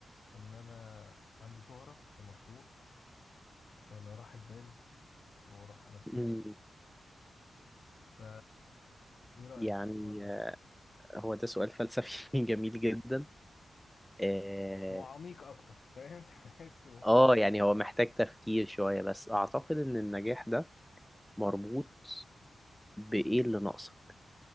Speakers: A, on the left (about 60°); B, in the centre.
A: ان انا عندي شهره ومشهور ولا راحه بال وراحه نفسيه
B: مم.
A: ف ايه رايك
B: يعني
A: في الحوار ده
B: آه، هو ده سؤال فلسفي <laughs> جميل جدا اه
A: هو عميق اكتر فاهم <laughs> تحسه
B: آه، يعني هو محتاج تفكير شوية بس اعتقد ان النجاح ده مربوط بايه اللي ناقصك